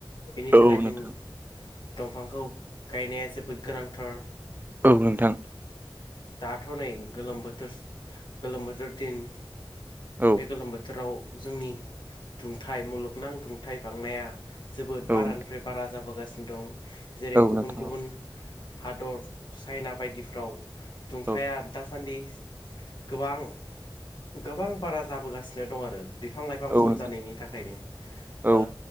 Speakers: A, on the left; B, on the right.
A: बेनि
B: औ
A: थाखाय
B: नोंथां
A: जों दंफांखौ गायनाया जोबोद गोनांथार।
B: औ नोंथां।
A: दाथ'नै गोलोम बोथोर गोलोम बोथोर दिन।
B: औ
A: बे गोलोम बोथोराव जोंनि दुंथाइ मुलुगनां दुंथाइ बांनाया जोबोद बारानिफ्राय
B: औ नोंथां
A: बारा जाबोगासिनो दं जेरै
B: औ
A: गुबुन
B: नोंथां
A: गुबुन हादर चाइना बायदिफ्राव दुंथाया
B: औ
A: दासान्दि गोबां गोबां बारा जाबोगासिनो दं आरो बि फां लाइफां
B: औ
A: खम
B: नोंथां
A: जानायनि थाखायनो
B: औ
A: ओ
B: नोंथां औ